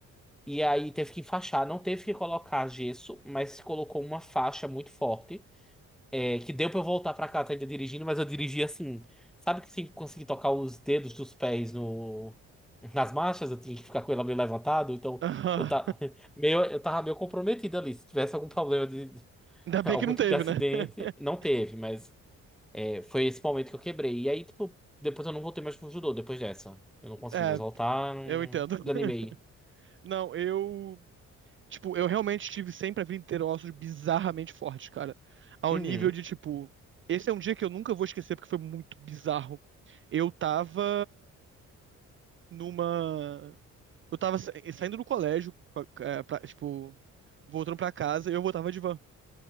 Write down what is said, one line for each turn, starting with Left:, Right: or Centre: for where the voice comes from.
Centre: E aí teve que enfaixar, não teve que colocar gesso, mas colocou uma faixa muito forte é, que deu pra eu voltar pra casa ainda dirigindo, mas eu dirigi assim. Sabe que sem conseguir tocar os dedos dos pés no, nas marchas, eu tinha que ficar com ela meio levantado, então
Right: Aham.
Centre: eu, tá, <laughs> meio, eu tava meio comprometido ali. Se tivesse algum problema de de-
Right: <laughs> Ainda
Centre: <laughs> algum
Right: bem que não
Centre: tipo
Right: teve,
Centre: de acidente,
Right: né? <laughs>
Centre: não teve, mas é, foi esse momento que eu quebrei. E aí, tipo, depois eu não voltei mais pro judô depois dessa. Eu não consegui
Right: É,
Centre: mais voltar, não
Right: eu entendo. <laughs>
Centre: desanimei.
Right: Não, eu. Tipo, eu realmente tive sempre a vida inteira ossos bizarramente fortes, cara. Ao
Centre: Uhum.
Right: nível de, tipo, esse é um dia que eu nunca vou esquecer porque foi muito bizarro. Eu tava numa. Eu tava sa- saindo do colégio, é, pra- tipo, voltando pra casa, e eu voltava de van.